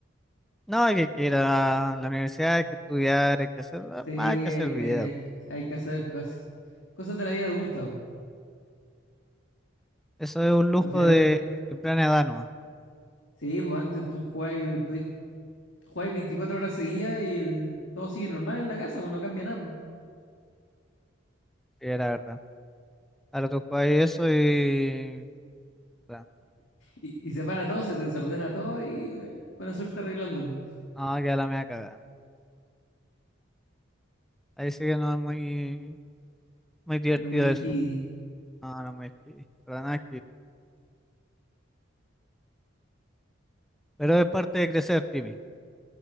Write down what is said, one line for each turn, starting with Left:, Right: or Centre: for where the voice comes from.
Centre: No, hay que, hay que ir a la universidad, hay que estudiar, hay que hacer, ah,
Left: Sí, hay
Centre: hay que hacer vida.
Left: que, hay que- hay que hacer cosas. Cosas de la vida adulta, po.
Centre: Eso es un lujo
Left: Al final,
Centre: de temprana edad nomás,
Left: sí, pues antes tú jugabas y podías juegas 24 horas seguidas y el, todo sigue normal en la casa, pues no cambia nada. <laughs>
Centre: que era verdad. Ahora tú jugáis eso y... puta,
Left: Y, y se para todo, se desordena todo y ay, buena suerte arreglándolo.
Centre: No, queda la media cagada. Ahí sí que no es muy, muy divertido
Left: No muy skiddy,
Centre: eso. No, no es muy... Para nada Pero es parte de crecer, Timmy.